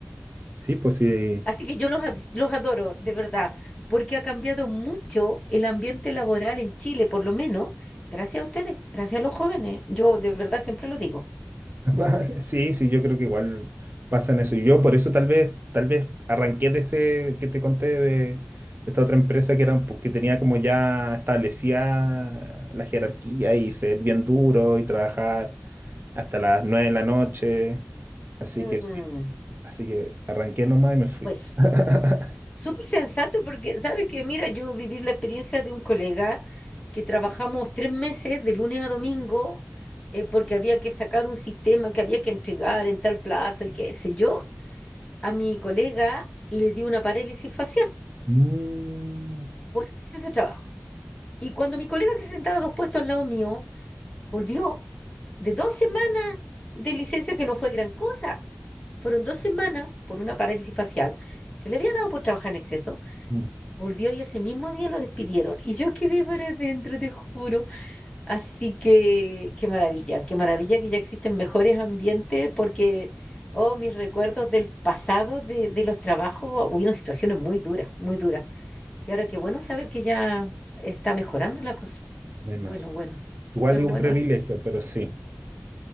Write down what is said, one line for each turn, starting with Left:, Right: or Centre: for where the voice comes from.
Right: Sí, pues sí.
Left: Así que yo los, ad- los adoro, de verdad, porque ha cambiado mucho el ambiente laboral en Chile, por lo menos, gracias a ustedes, gracias a los jóvenes. Yo de verdad siempre lo digo.
Right: <laughs> Vale, Sí, sí, yo creo que igual pasa en eso. Y Yo por eso tal vez, tal vez arranqué de este que te conté de, de esta otra empresa que era un po- que tenía como ya establecía la jerarquía y ser bien duro y trabajar hasta las nueve de la noche. Así
Left: Mm,
Right: que sí. Así que arranqué nomás y me fui.
Left: pues.
Right: <laughs>
Left: Súper sensato porque, ¿sabes que Mira, yo viví la experiencia de un colega que trabajamos tres meses de lunes a domingo eh, porque había que sacar un sistema que había que entregar en tal plazo y qué sé yo. A mi colega le dio una parálisis facial
Right: Mm,
Left: por el exceso de trabajo. Y cuando mi colega que se sentaba dos puestos al lado mío volvió de dos semanas de licencia que no fue gran cosa, fueron dos semanas por una parálisis facial que le había dado por trabajar en exceso
Right: mm,
Left: Volvió y ese mismo día lo despidieron. Y yo quedé para adentro, te juro. Así que qué maravilla, qué maravilla que ya existen mejores ambientes porque, oh, mis recuerdos del pasado, de, de los trabajos, hubieron situaciones muy duras, muy duras. Y ahora qué bueno saber que ya está mejorando la cosa.
Right: me imagino.
Left: Bueno, bueno, súper
Right: Igual es
Left: bueno
Right: un privilegio,
Left: eso.
Right: pero sí.